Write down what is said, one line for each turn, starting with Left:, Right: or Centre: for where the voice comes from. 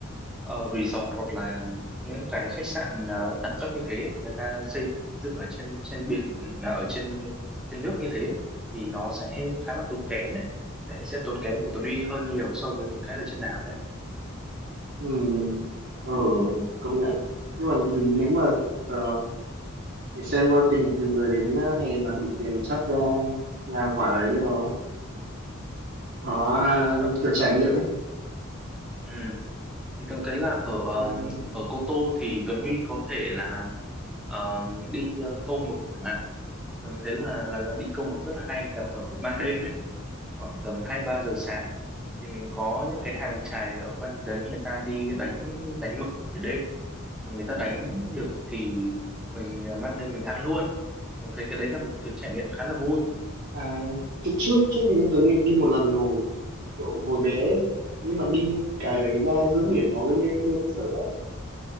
Centre: ờ, resort hoặc là những cái khách sạn ờ, đẳng cấp như thế người ta xây dựng ở trên trên biển là ở trên trên nước như thế thì nó sẽ khá là tốn kém đấy sẽ sẽ tốn kém của Tuấn Huy hơn nhiều so với những cái ở trên đảo đấy
Right: ừ ờ công
Centre: ừ.
Right: nhận nhưng mà nếu mà ờ, thì xem ờ, tình hình nhiều người đến ờ, hè mà đủ tiền thì chắc ờ, làm quả đấy rồi họ à,
Centre: <laughs>
Right: kiểu trải nghiệm ấy
Centre: ừ. thì tôi thấy là ở ờ,
Right: ừ.
Centre: ở Cô Tô thì Tuấn Huy có thể là ờ, đi ờ, câu mực chẳng hạn Tôi thấy là là là đi câu mực rất là hay là vào ban đêm ấy khoảng tầm hai ba giờ sáng thì mình có những cái hàng chài ở quanh đấy người ta đi đánh đánh mực buổi đêm người ta đánh được thì mình mang lên mình ăn luôn thường thấy cái đấy là một kiểu trải nghiệm khá là vui
Right: à, trước trước trước hình như Tuấn đi một lần rồi kiểu hồi bé ấy. nhưng mà đi cái
Centre: ừ.
Right: đấy ra giữa biển nó lên lên lên sợ lắm